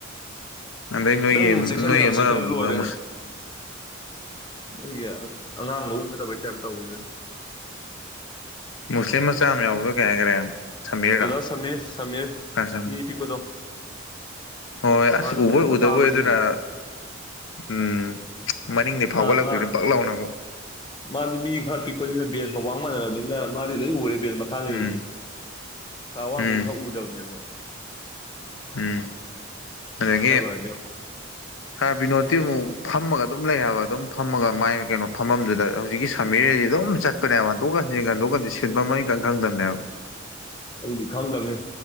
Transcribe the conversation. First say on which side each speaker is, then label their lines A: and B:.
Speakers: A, on the left (about 70°); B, on the left (about 25°).
A: ꯑꯗꯩ ꯅꯣꯏꯒꯤ
B: ꯅꯪ
A: ꯅꯣꯏ
B: ꯆꯦꯛꯁꯟꯕ ꯌꯥꯕ
A: ꯑꯃ
B: ꯆꯦꯛꯁꯜꯂ
A: ꯎꯝ
B: ꯂꯣꯏꯔꯦ ꯃꯣꯏꯒꯤ ꯑ ꯑꯉꯥꯡ ꯃꯕꯨꯛ ꯐꯠꯇꯕꯩ ꯇꯥꯏꯞꯇ ꯇꯧꯋꯦ
A: ꯃꯨꯁꯂꯤꯝ ꯃꯆꯥ ꯑꯃ ꯌꯥꯎꯕꯗꯣ ꯀꯩ ꯍꯥꯏꯒ꯭ꯔꯦ ꯁꯃꯤꯔꯒ
B: ꯑꯣꯖꯥ ꯁꯃꯤꯔ ꯁꯃꯤꯔ
A: <unintelligible> ꯑꯁ
B: ꯃꯤ ꯄꯤꯛꯄꯗꯣ
A: ꯍꯣꯏ ꯑꯁ
B: ꯃꯥꯁꯨ
A: ꯎꯕꯣꯏ
B: ꯐꯖꯅ
A: ꯎꯗꯕꯣꯏ
B: ꯐꯥꯕꯅꯦꯍꯦ
A: ꯑꯗꯨꯅ ꯎꯝ ꯃꯅꯤꯡꯗꯩ ꯐꯥꯎꯒꯠꯂꯛꯇꯨꯏꯔ
B: ꯃꯥ ꯃꯥ
A: ꯕꯛ ꯂꯥꯎꯅ ꯑꯃꯨꯛ
B: ꯃꯥꯗꯤ ꯃꯤ ꯈꯔ ꯄꯤꯛꯄꯅꯤꯅ ꯕꯦꯟꯁꯒ ꯋꯥꯡ ꯃꯥꯟꯅꯔꯕꯅꯤꯅ ꯃꯥꯗꯤ ꯂꯣꯏ ꯎꯔꯦ ꯕꯦꯟꯁ ꯃꯈꯥ ꯂꯩꯕꯗꯨ
A: ꯎꯝ
B: ꯈ ꯑꯋꯥꯡꯕꯤ
A: ꯎꯝ
B: ꯃꯤꯅ ꯈꯔ ꯎꯗꯝꯅꯦꯕꯥ
A: ꯎꯝ ꯑꯗꯒꯤ
B: ꯍꯥꯏꯁꯦ ꯌꯦꯡꯉꯣ
A: ꯁꯥꯔ ꯕꯤꯅꯣꯠꯇꯤ ꯑꯃꯨꯛ ꯐꯝꯃꯒ ꯑꯗꯨꯝ ꯂꯩ ꯍꯥꯏꯕ ꯑꯗꯨꯝ ꯐꯝꯃꯒ ꯃꯥꯏ ꯀꯩꯅꯣ ꯐꯝꯕꯝꯗꯨꯗ ꯍꯧꯖꯤꯛꯀꯤ ꯁꯥꯝꯃꯤꯔ ꯍꯥꯏꯖꯤ ꯑꯗꯨꯝ ꯆꯠꯄꯅꯦꯕ ꯍꯟꯗꯣꯛꯀ ꯍꯟꯖꯤꯟꯒ ꯍꯟꯗ‌ꯣꯛꯀ ꯍꯟꯖꯤꯟ ꯁꯤꯟꯐꯝ ꯑꯝ ꯏꯈꯪ ꯈꯪꯗꯕꯅꯦꯕ
B: ꯑꯗꯨꯗꯤ ꯈꯪꯗꯕꯅꯦ